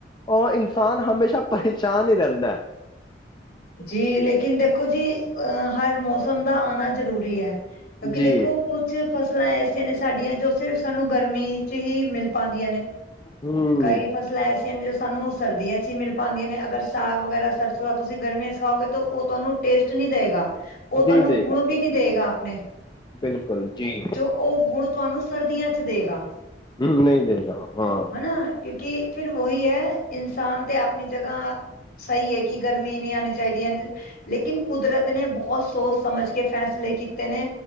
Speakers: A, on the left; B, on the left.
A: ਉਹ ਇਨਸਾਨ ਹਮੇਸ਼ਾ, ਪਰੇਸ਼ਾਨ ਹੀ ਰਹਿੰਦਾ।
B: ਜੀ ਲੇਕਿਨ ਦੇਖੋ ਜੀ, ਅਹ ਹਰ ਮੌਸਮ ਦਾ ਆਣਾ ਜ਼ਰੂਰੀ ਹੈ
A: ਹੈ
B: ਬਾਕੀ
A: ਜੀ
B: ਦੇਖੋ ਕਿ, ਜੋ ਫ਼ਸਲਾਂ ਐਸੀਆਂ ਨੇ ਸਾਡੀਆਂ, ਜੋ ਸਿਰਫ ਸਾਨੂੰ ਗਰਮੀ ਚ ਹੀ ਮਿਲ ਪਾਦੀਆਂ ਨੇ,
A: ਹਮ
B: ਕਈ ਫਸਲਾ ਜੋ ਐਸੀਆਂ ਨੇ, ਜੋ ਸਾਨੂੰ ਸਰਦੀਆਂ ਚ ਹੀ ਮਿਲ ਪਾਉਂਦੀਆਂ ਨੇ, ਅਗਰ ਸਾਗ ਵਗੈਰਾ ਸਰਸੋਂ ਦਾ ਤੁਸੀਂ ਗਰਮੀਆਂ, ਸਿਖਾਓਗੇ ਤਾਂ ਉਹ ਤੁਹਾਨੂੰ ਟੇਸਟ ਨਹੀਂ ਦੇਵੇਗਾ, ਉਹ
A: ਨਹੀਂ
B: ਤੁਹਾਨੂੰ
A: ਦੇਗਾ
B: ਗੁਣ ਵੀ ਨਹੀਂ ਦੇਵੇਗਾ, ਆਪਣੇ
A: ਬਿਲਕੁਲ ਜੀ
B: ਜੋ ਉਹ ਗੁਣ, ਤੁਹਾਨੂੰ ਸਰਦੀਆਂ ਚ ਦੇਗਾ
A: ਹਮ ਨਹੀਂ ਦੇਗਾ ਹਾਂ
B: ਹਨਾ ਕਿਉਂਕਿ ਫਿਰ ਉਹੀ ਹੈ, ਇਨਸਾਨ ਤੇ ਆਪਣੀ ਜਗ੍ਹਾ ਸਹੀ ਹੈ ਕਿ, ਗਰਮੀ ਨਹੀਂ ਆਉਣੀ ਚਾਹੀਦੀ ਆ ਲੇਕਿਨ, ਕੁਦਰਤ ਨੇ ਬਹੁਤ ਸੋਚ ਸਮਝ ਕੇ, ਫੈਸਲੇ ਕੀਤੇ ਨੇ